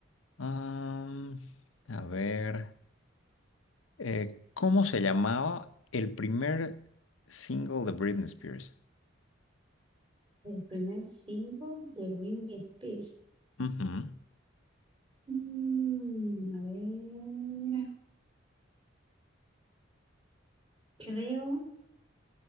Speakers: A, on the left (about 85°); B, on the right (about 25°).
A: am, a ver, eh, ¿cómo se llamaba el primer single de Britney Spears?
B: El primer single de Britney Spears.
A: Ujú,
B: Mm, a ver, creo